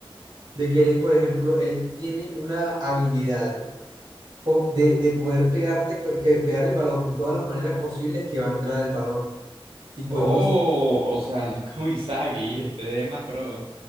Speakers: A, on the right (about 50°); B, on the right (about 80°).
A: de que él es, por ejemplo, él tiene una habilidad co- de, de poder pegarte, cu- que pegar el balón de todas las maneras posibles que va a entrar el balón. Tipo,
B: Oh,
A: él no,
B: o sea, no es como Izagi, este es más pro.